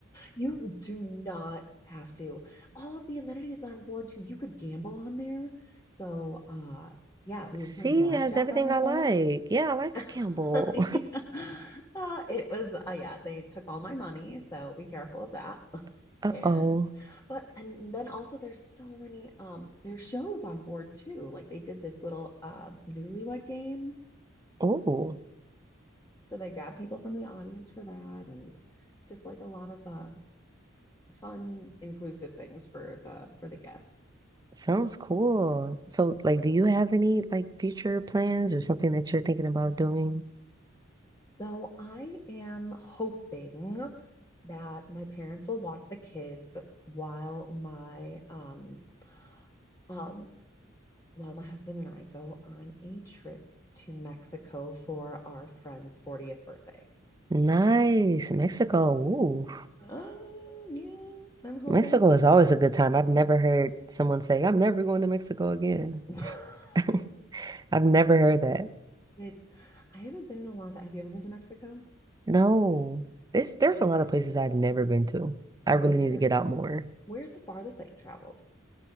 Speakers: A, on the left; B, on the right.
A: You do not have to. All of the amenities on board too. You could gamble on there. So uh yeah, we
B: Sea
A: were playing blackjack
B: has everything
A: on the
B: I
A: boat.
B: like. Yeah, I like
A: <laughs>
B: to gamble.
A: yeah. Uh, it was uh, yeah, they took all my money, so be careful of that.
B: <laughs> Uh-oh.
A: And but and then also there's so many um there's shows on board too. Like they did this little uh newlywed game.
B: Oh,
A: So they grabbed people from the audience for that and just like a lot of uh fun inclusive things for the for the guests.
B: sounds cool. So, like, do you have any like future plans or something that you're thinking about doing?
A: So I am hoping that my parents will watch the kids while my um um while my husband and I go on a trip to Mexico for our friend's 40th birthday.
B: Nice. Mexico. Ooh.
A: Oh, yes, I'm hoping.
B: Mexico is always a good time. I've never heard someone say, I'm never going to Mexico again.
A: <laughs>
B: <laughs> I've never heard that.
A: It's I haven't been in a long time. Have you ever been to Mexico? Oh,
B: No. This there's
A: we gotta
B: a lot
A: get
B: of places
A: you.
B: I've never been to. I
A: Where
B: really need to get out more.
A: where's the farthest that you've traveled?